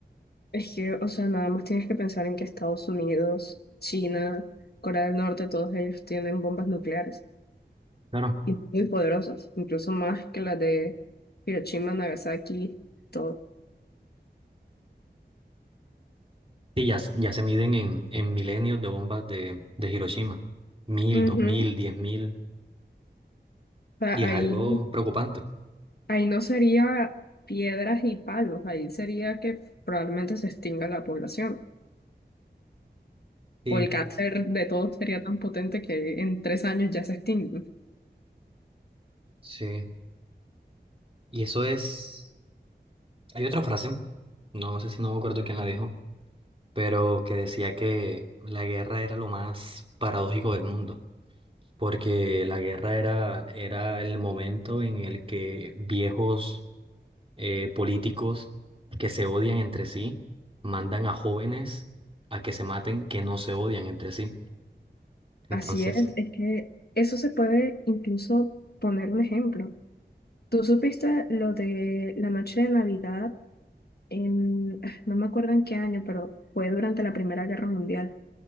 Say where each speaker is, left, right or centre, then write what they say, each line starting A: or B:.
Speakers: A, on the left; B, on the right.
A: Es que, o sea, nada más tienes que pensar en que Estados Unidos, China, Corea del Norte, todos ellos tienen bombas nucleares
B: Claro.
A: y muy poderosas, incluso más que las de Hiroshima, Nagasaki, todo.
B: Sí, ya, s- ya se miden en, en milenios de bombas de, de Hiroshima. Mil,
A: Ujú.
B: dos mil, diez mil.
A: O sea,
B: Y
A: ahí.
B: es algo preocupante.
A: Ahí no sería piedras y palos, ahí sería que probablemente se extinga la población.
B: Sí,
A: O el cáncer de todos sería tan potente que en tres años ya se extingue.
B: sí. Y eso es. Hay otra frase, no sé si no me acuerdo quién la dijo, pero que decía que la guerra era lo más paradójico del mundo, porque la guerra era, era el momento en el que viejos eh, políticos que se odian entre sí mandan a jóvenes a que se maten que no se odian entre sí. Entonces,
A: Así es, es que eso se puede incluso poner un ejemplo. Tú supiste lo de la noche de Navidad en, ah, no me acuerdo en qué año, pero fue durante la Primera Guerra Mundial.